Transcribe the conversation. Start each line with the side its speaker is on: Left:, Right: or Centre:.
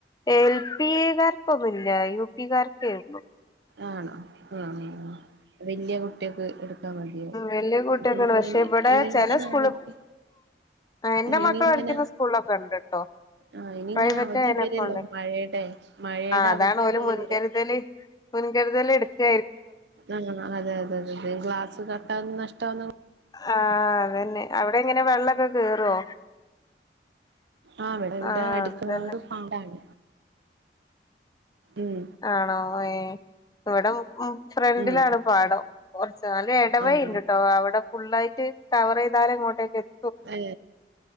Left: എൽ പി കാറ്ക്കൊന്നുയില്ലാ യു പി കാർക്കേയെള്ളു
Right: ആണോ ആാ വല്യായ കുട്ടിയോക്ക് എട്ക്കാ മതിയോ
Left: വല്ല്യാ കുട്ടിയേക്കൊണ്ട്
Right: ഇങ്ങനെ
Left: പശെ ഇവടെ
Right: ഇനിങ്ങനെ
Left: ചെലാ സ്കൂള്
Right: അവധി
Left: എന്റെ
Right: ഇനിങ്ങനെ
Left: മക്കള് പഠിക്കുന്ന സ്കൂളൊക്കെ ഉണ്ട്ട്ടോ
Right: ആഹ് ഇനിങ്ങനെ
Left: പ്രൈവറ്റ്
Right: അവധി
Left: ആയനൊക്കെണ്ട്
Right: വരല്ലോ മഴയുടെ മഴയുടെ
Left: അതാണ്
Right: അവധി
Left: ഒല്
Right: ഇങ്ങനെ
Left: മുൻകരുതൽ
Right: വരും
Left: ല് മുൻകരുതല് എട്ക്കാ
Right: അങ്ങനെ അതെ അതെ അതെ അതെ ക്ലാസ്സ് കാട്ടാവും നഷ്ടാവും
Left: ആാ അത് തന്നെ അവടെ എങ്ങനെ വെള്ളോക്കെ കേറുവോ
Right: ആാ ഇവിടെ ഇവിടെ
Left: ആഹ് അതന്നെ
Right: പാടാണ് ഉം
Left: ആണോ യെ ഇവിടെ ഉം ഫ്രന്റിലാണ്
Right: ഉം
Left: പാടാം <unintelligible> ഇടവഴി
Right: ആണ്
Left: ഉണ്ട് ട്ടോ <unintelligible>
Right: ഐ